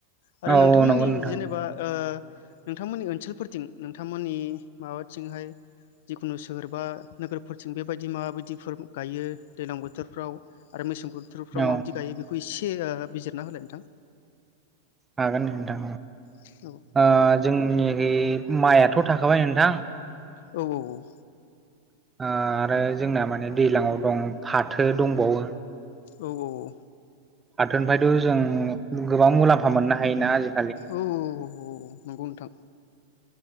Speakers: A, on the left; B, on the right.
A: आरो
B: औ
A: नोंथांमोननि
B: नंगौ नोंथां
A: जेनेबा ओ नोंथांमोननि ओनसोलफोरथिं नोंथांमोननि माबाथिंहाय जिखुनु होरबा नोगोरफोरथिं बेबायदि मा बायदिफोर गायो दैलां बोथोरफ्राव आरो मैस बुद्रुफ्राव
B: औ
A: माबायदि गायो बिखौ इसे ओ बिजिरना होलाय नोंथां।
B: हागोन नोंथां
A: औ
B: ओ जोंनिहि माइआथ' थाखा खाबाय नोंथां।
A: औ औऔ
B: ओ आरो जोंना माने दैलांआव दं फाथो दंबावो
A: औ औऔ
B: हाथोनिफ्रायथ' जों गोबां मुलाम्फा मोननो हायोना आजि
A: औऔऔऔ नंगौ नोंथां